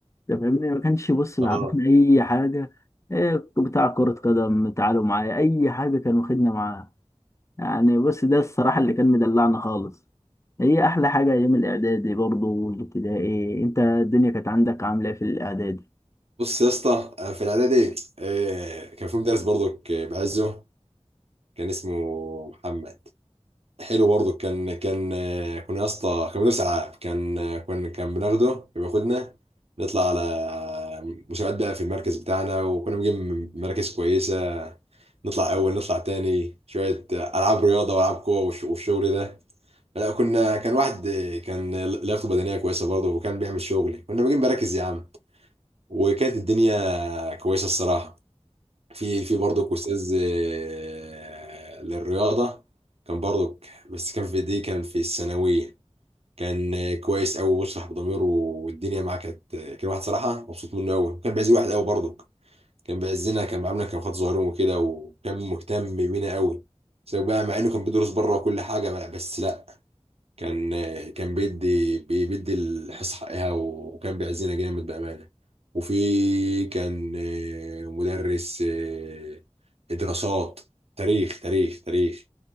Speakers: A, on the left (about 25°); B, on the right (about 65°).
A: ده فاهمني ما كانش
B: <laughs>
A: بص بيعرفنا
B: اه
A: اي حاجة آه، بتاع كرة قدم تعالوا معايا اي حاجة كان واخدنا معاه يعني بص ده الصراحة اللي كان مدلعنا خالص هي أحلى حاجة أيام الإعدادي برضه والابتدائي أنت الدنيا كانت عندك عاملة إيه في الإعدادي
B: بص يا اسطى آه، في الاعدادي إيه، كان في مدرس برضك بعزه كان اسمه محمد حلو برضه كان كان آه، كنا يا اسطى كان مدرس العاب كان آه، كنا كان بناخده كان بياخدنا نطلع على مسابقات بقى في المركز بتاعنا وكنا بنجيب مراكز كويسه نطلع اول نطلع تاني شويه آه، العاب رياضه والعاب قوه والش- والشغل ده لا كنا كان واحد آه، كان لياقته بدنيه كويسه برضه وكان بيعمل شغل كنا بنجيب مراكز يا عم وكانت الدنيا كويسه الصراحه في في برضك استاذ آه، للرياضه كان برضك بس كان في دي كان في الثانويه كان آه، كويس قوي ويشرح بضميره والدنيا معاه كانت آه، كان واحد صراحه مبسوط منه قوي كان بيعز الواحد قوي برضك كان بيعزنا كان عاملنا كان خد ظهرهم وكده وكان مهتم بينا قوي سواء بقى مع انه كان بيدرس بره وكل حاجه بقى بس لا كان كان بيدي بي- بيدي الحصة حقها وكان بيعزينا جامد بأمانة وفي كان آه، مدرس آه، دراسات تاريخ تاريخ تاريخ